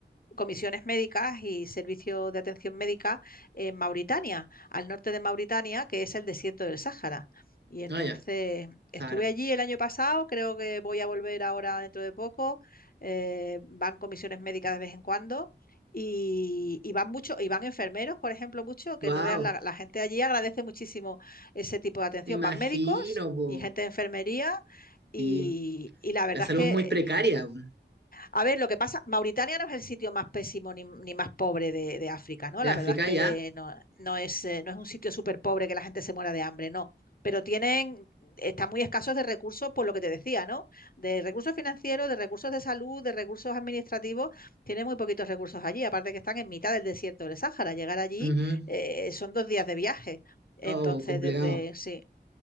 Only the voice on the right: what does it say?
Ah, ya,
Sara.
Wow,
me imagino,
po.
Sí,
la salud
es muy precaria po.
de
África
ya.
Ujú.
Oh, complicado.